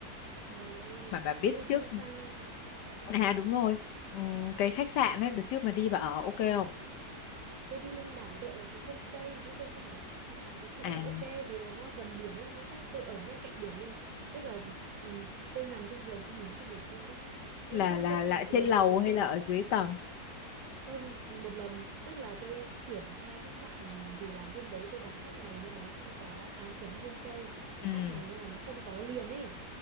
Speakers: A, on the right; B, on the left.
A: Trời ơi.
B: mà bà biết
A: Thế
B: trước
A: đi sang hả?
B: À đúng rồi, Ừm, cái khách sạn ấy, đợt trước mà đi bà ở ok không?
A: Ừ, tôi đi lên đảo tôi ở cái homestay chứ tôi không ở khách sạn thì cũng
B: À
A: ok vì là nó gần biển ấy, nó sát tôi ở ngay cạnh biển luôn. Tức là ừ, tôi nằm trên giường tôi nhìn thấy cái biển luôn ấy. Ừ,
B: là
A: Thế nên
B: là
A: tôi cứ
B: là
A: nằm ườn
B: trên lầu
A: trên giường.
B: hay
A: <laughs>
B: là ở dưới tầng?
A: Tôi một lần tức là tôi chuyển hai khách sạn vì là hôm đấy tôi đặt sát ngày nên là nó không có à chuyển hai homestay
B: Ừ.
A: sát ngày nên là nó không có liền ấy.